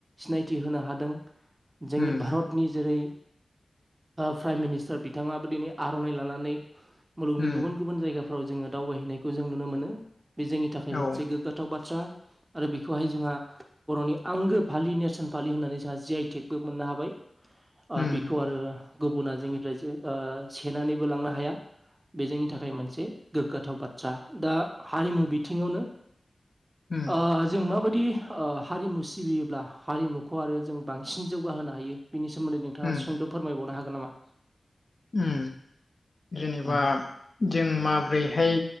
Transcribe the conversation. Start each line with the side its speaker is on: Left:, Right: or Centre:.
Right: सिनायथि होनो हादों। जोंनि
Left: उम
Right: भारतनि जेरै प्राइम मिनिस्टार बिथाङाबो दिनै आर'नाइ लानानै मुलुगनि
Left: उम
Right: गुबुन गुबुन जायगा फोराव जोङो दावबायहैनायखौ जों नुनो मोनो बे जोंनि थाखाय
Left: औ
Right: मोनसे गोग्गाथाव बाथ्रा आरो बेखौहाय जोंहा बर'नि आंगो फालि नेरसोन फालि होननानै जोंहा जे आइ टेकबो मोननो हाबाय
Left: उम
Right: बेखौ आरो गुबुना जोंनिफ्राय सेनानैबो लांनो हाया। बे जोंनि थाखाय मोनसे गोग्गाथाव बाथ्रा दा हारिमु बिथिङावनो
Left: उम उम
Right: ओ जों माबा दि हारिमु सिबियोब्ला हारिमुखौ आरो जों बांसिन जौगाहोनो हायो। बिनि सोमोन्दै नोंथाङा
Left: उम
Right: सुंद' फोरमायबावनो हागोन नामा?
Left: उम जेनेबा
Right: उम
Left: जों माब्रैहाय